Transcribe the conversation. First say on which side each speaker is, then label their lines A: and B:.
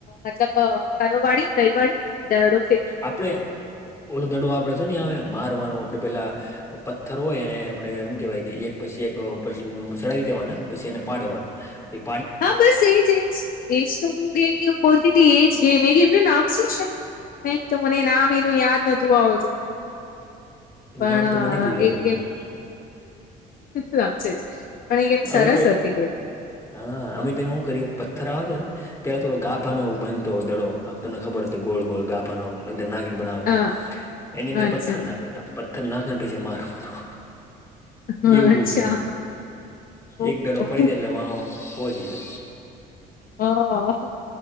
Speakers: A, on the left; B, on the left.
A: મતલબ અ કયો વાળી કઈ વાળી દળો
B: આપડે ઓલો દડું આપડે જો નહીં આવે મારવાનું આપડે પેલા પથ્થર હોય એને આપડે હું કેવાય કે એક પછી એક ઉપર સડાઈ દેવાના પછી એને પાડવાનું. પી
A: હા બસ એજ એજ એજ તો હું ગેમ બોલતી હતી એજ ગેમ એ ગેમનું નામ શું છે? કંઈક તો મને નામ એનું યાદ નતું આવતું. પણ
B: નામ તો મને ભૂલાઈ
A: એક
B: ગયું.
A: ગેમ. સાચે જ પણ એ ગેમ
B: અમે
A: સરસ
B: તો
A: હતી.
B: હા, અમે તેમાં હું કરીએ પથ્થર આવા તો ને પહેલા થોડો ગાભાનો બનતો દડો આમ તમને ખબર હોય તો ગોળ ગોળ ગાભા નો એન અંદર નાખીને બનાવતા
A: હા
B: એની અંદર
A: અચ્છા
B: પથ્થર નાખતાં હતાં. પથ્થર નાખીને પછી મારવાનું.
A: હા
B: એવું બવ
A: અચ્છા
B: કર્યુ
A: ઓહો
B: એક દડો પડી જાય એટલે વા હો જઈએ
A: અ હ